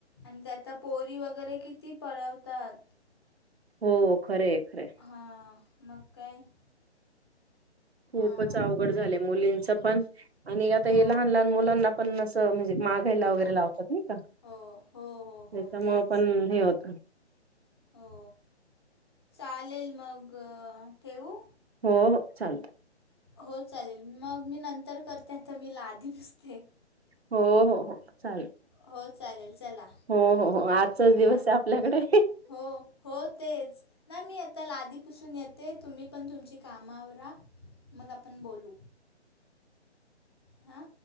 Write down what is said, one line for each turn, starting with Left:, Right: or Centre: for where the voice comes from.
Left: आणि त्याता पोरी वगैरे किती पळवतात.
Right: हो खर हे खर हे.
Left: हां मग काय?
Right: खूपच
Left: हां
Right: अवघड झालयं मुलींच आणि आता
Left: हो
Right: हे लहान लहान मुलांना आपण अस म्हणजे मागायला वगैरे लावतात नाही का
Left: हो हो हो हो
Right: त्याच्यामुळ
Left: तेच
Right: पण हे होत.
Left: हो चालेल मग ठेवू.
Right: हो हो चालत.
Left: हो चालेल मग मी नंतर करते, आता मी लादी पुसते.
Right: हो हो हो चालेल.
Left: हो चालेल चला
Right: हो हो हो आजचाच दिवस
Left: हां
Right: आहे आपल्याकडे.
Left: हो हो तेच ना मी आता लादीपुसून येते तुम्ही पण तुमची काम आवरा. मग आपण बोलू हा.